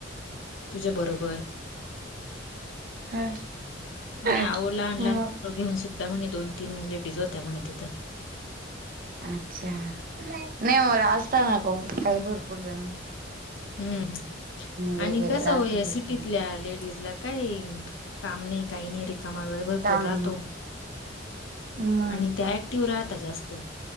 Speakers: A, on the left (about 90°); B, on the right (about 50°).
A: तुझ्या बरोबर.
B: हा
A: म्हणे
B: मग
A: आहो लहान लहान पत्र घेऊन सुद्धा म्हणे दोन तीन लेडीज होत्या म्हणे तिथं.
B: अच्छा! नाही <unintelligible> काही भरपूर जन
A: हम्म
B: वगैरे
A: आणि कस
B: राहते
A: हो या
B: त्याच्या
A: सिटीतल्या लेडीजला काय काम नाही काही नाही रिकामा वेळ भरपूर
B: काम
A: राहतो
B: मग
A: आणि त्या <unintelligible> राहता जास्त,